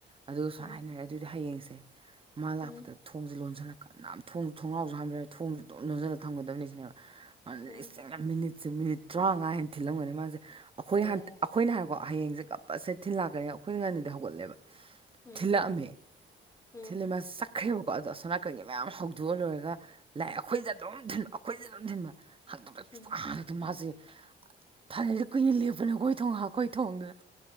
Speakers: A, on the right (about 25°); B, on the left (about 15°).
A: ꯑꯗꯨꯒ ꯁꯨꯃꯥꯏꯅ
B: ꯎꯝ
A: ꯍꯥꯏꯅꯔꯦ ꯑꯗꯨꯗꯤ ꯍꯥꯌꯦꯡꯁꯦ ꯃꯥ ꯂꯥꯛꯄꯗ
B: ꯎꯝ
A: ꯊꯣꯡꯖꯦ ꯂꯣꯟꯖꯜꯂꯛ ꯀꯅꯥꯝ ꯊꯣꯡ ꯊꯣꯡꯅꯥꯎꯁꯨ ꯍꯥꯡꯕ ꯌꯥꯔꯣꯏ ꯊꯣꯡꯁꯨ ꯗꯨꯝ ꯂꯣꯟꯁꯤꯜꯒ ꯊꯝꯒꯗꯕꯅꯤ ꯁꯤꯅꯦꯕ ꯃꯥ
B: ꯎꯝ
A: ꯂꯤꯁꯤꯡ ꯂꯛ ꯃꯤꯅꯤꯠ ꯁꯦ ꯃꯤꯅꯤꯠ ꯇꯔꯥꯉꯥ ꯍꯦꯟꯅ ꯊꯤꯜꯂꯝꯒꯅꯤ ꯃꯥꯁꯦ ꯑꯩꯈꯣꯏ
B: ꯑꯌꯥ
A: ꯍ ꯑꯩꯈꯣꯏꯅ ꯍꯥꯏꯀꯣ ꯍꯌꯦꯡꯁꯦ ꯀꯞꯄꯁꯦ ꯊꯤꯜꯂꯛꯀꯅꯤ ꯑꯩꯈꯣꯏꯅ ꯉꯟꯅꯗꯤ ꯍꯧꯒꯠꯂꯦꯕ
B: ꯎꯝ
A: ꯊꯤꯜꯂꯛꯑꯝꯃꯦ
B: ꯎꯝ
A: <unintelligible> ꯆꯠꯈ꯭ꯔꯦꯕꯀꯣ ꯑꯗꯣ ꯑꯁꯣ ꯅꯥꯀꯟꯒꯤ ꯃꯌꯥꯝ ꯍꯧꯗꯣꯛꯑ ꯂꯣꯏꯔꯒ ꯂꯥꯛꯑ ꯑꯩꯈꯣꯏꯁꯦ ꯑꯗꯨꯝ ꯊꯤꯟꯕ ꯑꯩꯈꯣꯏꯁꯦ ꯑꯗꯨꯝ ꯊꯤꯟꯕ
B: ꯎꯝ
A: <unintelligible> ꯃꯥꯁꯦ ꯐꯅꯗ ꯀꯨꯏꯅ ꯂꯦꯞꯄꯅꯦ ꯑꯩꯈꯣꯏ ꯊꯣꯡ ꯑꯩꯈꯣꯏ ꯊꯣꯡꯗꯨꯗ